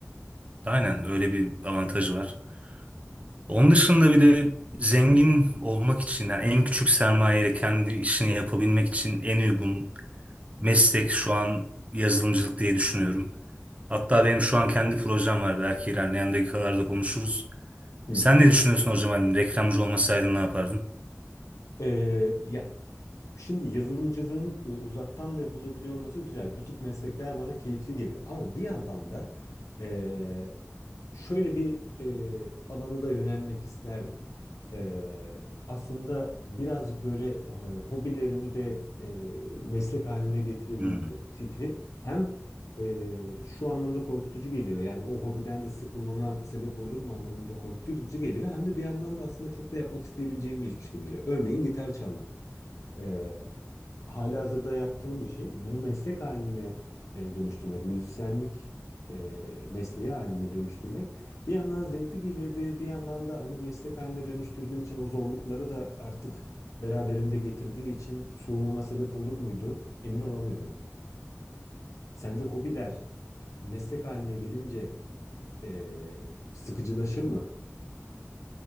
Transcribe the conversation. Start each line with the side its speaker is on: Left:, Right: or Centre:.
Right: Aynen öyle bir avantajı var. Onun dışında bir de zengin olmak için yani en küçük sermayeyle kendi işini yapabilmek için en uygun meslek şu an yazılımcılık diye düşünüyorum. Hatta benim şu an kendi projem var. Belki ilerleyen dakikalarda konuşuruz.
Left: Hı.
Right: Sen ne düşünüyorsun hocam? Hani reklamcı olmasaydın ne yapardın?
Left: Ee, ya şimdi yazılımcılığın e, uzaktan da yapılabiliyor olması güzel. Bu tip meslekler bana keyifli geliyor. Ama bir yandan da e, şöyle bir e, alana da yönelmek isterdim. E, aslında birazcık böyle e, hobilerimi de e, meslek haline getirebilme
Right: Hmm.
Left: fikri hem e, şu anlamda korkutucu geliyor. Yani o hobiden de sıkılmama sebep olur mu anlamında korkutucu geliyor. Hem de bir yandan da aslında çok da yapmak isteyebileceğim bir işmiş gibi geliyor. Örneğin gitar çalmak. E, halihazırda yaptığım bir şey. Bunu meslek haline e, dönüştürmek, müzisyenlik e, mesleği haline dönüştürmek bir yandan zevkli gelirdi, bir yandan da onu meslek haline dönüştürdüğün için o zorlukları da artık beraberinde getirdiği için soğumama sebep olur muydu? Emin olamıyorum. Sence hobiler meslek haline gelince eee, sıkıcılaşır mı?